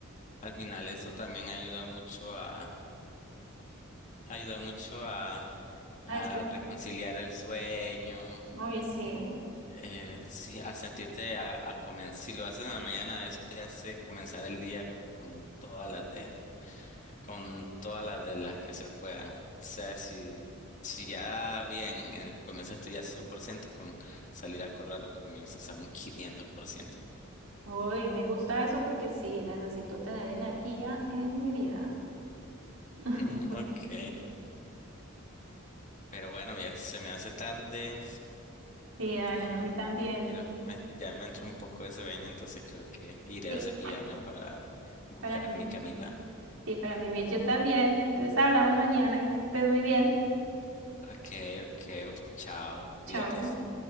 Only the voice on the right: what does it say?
Ah, espera.
Uy, sí.
Uy, me gusta eso porque sí, necesito tener energía en mi vida. <laughs>
Sí, dale,
a mí también.
Sí,
Para mí,
sí, para mí, Mir, yo también. Entonces hablamos mañana. Que estés muy bien.
Chao.